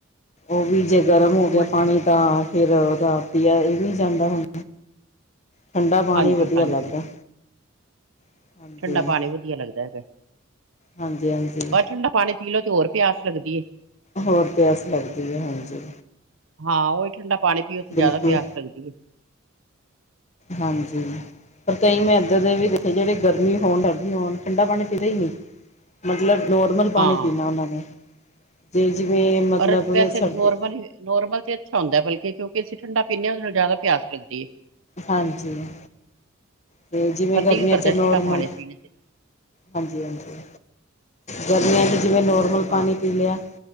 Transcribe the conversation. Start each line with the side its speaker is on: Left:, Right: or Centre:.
Left: ਓ ਵੀ ਜੇ ਗਰਮ ਹੋ
Right: ਕੋਈ
Left: ਗਿਆ
Right: ਤੇ
Left: ਪਾਨੀ
Right: ਦੋ ਦੋ
Left: ਤਾਂ
Right: ਮਿੰਟ ਬਾਅਦ
Left: ਫੇਰ ਓਦਾ ਪੀਆ ਏਵੀ ਨੀ ਜਾਂਦਾ ਹੁਣ ਠੰਡਾ ਪਾਣੀ
Right: ਹਾਂਜੀ
Left: ਵਧੀਆ
Right: ਹਾਂਜੀ
Left: ਲੱਗਦਾ। ਹਾਂਜੀ
Right: ਠੰਡਾ ਪਾਣੀ ਵਧੀਆ ਲੱਗਦਾ ਐਗਾ।
Left: ਹਾਂਜੀ ਹਾਂਜੀ
Right: ਬਸ ਠੰਡਾ ਪਾਣੀ ਪੀ ਲੋ ਤੇ ਹੋਰ ਪਿਆਸ ਲੱਗਦੀ ਏ।
Left: ਹੋਰ ਪਿਆਸ ਲੱਗਦੀ ਐ, ਹਾਂਜੀ।
Right: ਹਾਂ, ਉਹੀ ਠੰਡਾ ਪਾਣੀ ਪੀਓ ਤੇ ਜ਼ਿਆਦਾ
Left: ਬਿਲਕੁਲ
Right: ਪਿਆਸ ਲੱਗਦੀ ਏ।
Left: ਹਾਂਜੀ। ਪਰ ਕਈ ਮੈਂ ਇੱਦਾ ਦੇ ਵੀ ਵੇਖੇ, ਜਿਹੜੇ ਗਰਮੀ ਹੋਣ, ਡਰਦੀ ਹੋਣ, ਠੰਡਾ ਪਾਣੀ ਪੀਂਦੇ ਈ ਨੀ। ਮਤਲਬ ਨੋਰਮਲ ਪਾਣੀ
Right: ਹਾਂ
Left: ਪੀਨਾ ਉਹਨਾਂ ਨੇ। ਤੇ ਜਿਵੇਂ ਮਤਲਬ
Right: ਔਰ ਵੈਸੇ
Left: ਸਰਦੀ
Right: ਨੋਰਮਲ ਈ, ਨੋਰਮਲ 'ਚ ਅੱਛਾ ਹੁੰਦਾ। ਬਲਕਿ, ਕਿਉਂਕੇ ਅਸੀਂ ਠੰਡਾਂ ਪੀਨੇ ਆ। ਉਦੇ ਨਾਲ ਜ਼ਿਆਦਾ ਪਿਆਸ ਲਗਦੀ ਏ।
Left: ਹਾਂਜੀ। ਤੇ ਜਿਵੇਂ
Right: ਪਰ
Left: ਗਰਮੀਆਂ
Right: ਦਿਲ ਕਰਦਾ
Left: 'ਚ
Right: ਠੰਡਾ
Left: ਨੋਰਮਲ
Right: ਪਾਣੀ ਪੀਣੇ ਤੇ
Left: ਹਾਂਜੀ-ਹਾਂਜੀ। ਗਰਮੀਆਂ 'ਚ ਜਿਵੇਂ ਨੋਰਮਲ
Right: ਹਾਂ
Left: ਪਾਣੀ ਪੀ ਲਿਆ।